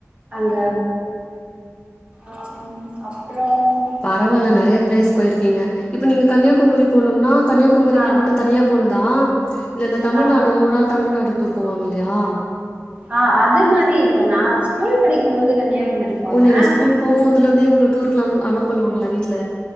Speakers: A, on the right; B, on the left.
A: அ அம் அப்பறம்
B: பரவால்ல நெறைய பிளேஸ் போயிருக்கீங்க இப்ப நீங்க கன்னியாகுமரி போனும்னா கன்னியாகுமரிக்கு
A: ஆ
B: மட்டு தனியா போனதா இல்ல இந்த தமிழ்நாடு
A: ஆ
B: ஓவரால் தமிழ்நாடு டூர் போவாங்க இல்லையா
A: ஆ அது மாரி இல்ல நா ஸ்கூல் படிக்கும்போது கன்னியாகுமரி போனே
B: ஓ நீங்க ஸ்கூல் போம் போதுல இருந்தே உங்கள டூருக்குல அனு அனோப்பன்னுவாங்களா வீட்ல